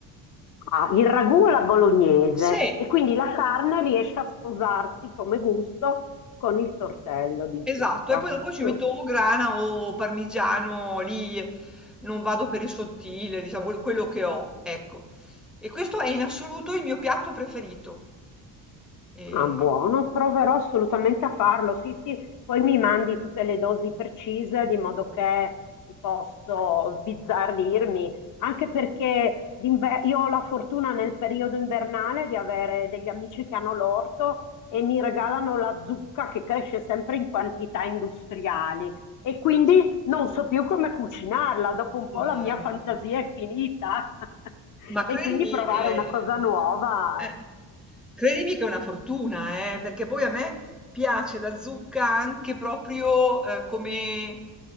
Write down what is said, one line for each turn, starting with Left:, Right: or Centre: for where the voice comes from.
Left: ah, il ragù alla bolognese
Centre: Sì.
Left: e quindi la carne riesce a sposarsi come gusto con il tortello di
Centre: Esatto,
Left: zucca.
Centre: e poi dopo ci metto
Left: Mm.
Centre: o grana o parmigiano, lì non vado per il sottile, diciamo quel- quello che ho, ecco. E questo è in assoluto il mio piatto preferito. E...
Left: Ah, buono, proverò assolutamente a farlo. Sì, sì, poi mi mandi tutte le dosi precise di modo che li posso sbizzarrirmi, anche perché d'inver- io ho la fortuna nel periodo invernale di avere degli amici che hanno l'orto e mi regalano la zucca che cresce sempre in quantità industriali e quindi non so più come cucinarla, dopo un
Centre: No,
Left: po' la mia
Centre: no,
Left: fantasia
Centre: no.
Left: è finita <laughs>
Centre: Ma credimi,
Left: e quindi provare
Centre: ehm
Left: una cosa nuova
Centre: eh, credimi che è una fortuna, eh, perché poi a me piace la zucca anche proprio, ehm, come